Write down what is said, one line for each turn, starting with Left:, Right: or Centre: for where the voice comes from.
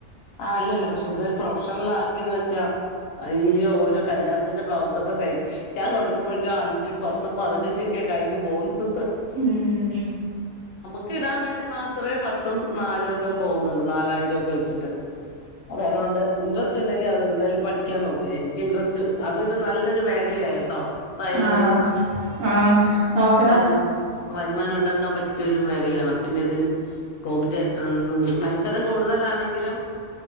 Left: ആ അല്ല പക്ഷെ ഇതൊരു പ്രൊഫഷണൽ ആക്കിന്ന് വെച്ചാ ഈ ഓരോ കല്യാണത്തിന്റെ ബ്ലൗസ് ഒക്കെ ഞാൻ കൊടുക്കുമ്പോഴക്ക അഞ്ചും പത്തും പതിനഞ്ചുമൊക്കെയാ കൈയ്യിന്ന് പോകുന്നത്
Right: ഉം
Left: ഇക്ക് ഇടാൻ വേണ്ടി മാത്രമേ പത്തും നാലും ഒക്കെ പോകുന്നുണ്ട് നാലായിരം ഒക്കെ വെച്ചിട്ട്
Right: <inaudible>
Left: അതൊണ്ട് ഇൻട്രസ്റ്റ് ഉണ്ടെങ്കിൽ അത് എന്തായാലും പഠിക്കാൻ നോക്ക് എനിക്ക് ഇൻട്രസ്റ്റ് അതൊരു നല്ലൊരു മേഖലയാണ് കേട്ടോ ടൈലറിങ്
Right: ആ ആ നോക്കണം
Left: വരുമ വരുമാനം ഉണ്ടാക്കാൻ പറ്റിയ ഒരു മേഖലയാണ് പിന്നെ ഇതിന് കോമ്റ്റ് ഉം മത്സരം കൂടുതലാണെങ്കിലും